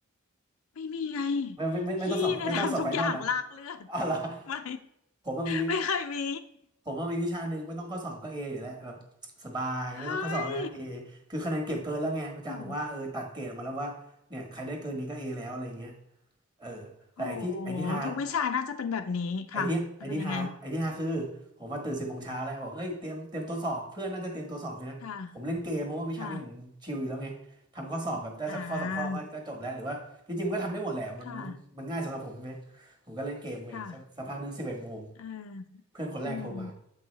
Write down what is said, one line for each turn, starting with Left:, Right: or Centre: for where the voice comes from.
Left: ไม่มีไง
Right: ไม่ไม่ไม่ไม่ต้องสอบไม่ต้องสอบไฟนอลอะ
Left: พี่เนี่ยทำทุกอย่างลากเลือด
Right: อะไร
Left: <laughs> ไม่
Right: อผมว่ามี
Left: ไม่เคยมี
Right: ผมว่ามีวิชาหนึ่งไม่ต้องข้อสอบก็เออยู่แล้วแบบสบายไม่ต้องข้อสอบเลยนะเอ
Left: เฮ้ย
Right: คือคะแนนเก็บเกินแล้วไงอาจารย์บอกว่าเออตัดเกรดออกมาแล้วว่าเนี่ยใครได้เกินนี้ก็เอแล้วอะไรเงี้ย
Left: โอ้
Right: เออแต่ไอ้ที่ไอ้ที่ฮา
Left: โหทุกวิชาน่าจะเป็นแบบนี้ค่ะมันเป็นยังไง
Right: ไอ้ที่ไอ้ที่ฮาไอ้ที่ฮาคือผมว่าตื่นสิบโมงเช้าแล้วบอกเอ้ยเตรียมเตรียมตัวสอบเพื่อนน่าจะเตรียมตัวสอบใช่ไหมผมเล่นเกมเพราะว่าวิชานี้ผมชิลอยู่แล้วไงทำข้อสอบแบบได้สักข้อสองข้อก็ก็จบแล้วหรือว่าที่จริงๆก็ทำได้หมดแหละมันมันมันง่ายสำหรับผมใช่ไหม
Left: ค่ะค่ะอ่าค่ะ
Right: ผมก็เล่นเกมไปสักสักพักหนึ่งสิบเอ็ดโมง
Left: ค่ะเอออืม
Right: เพื่อนคนแรกโทรมา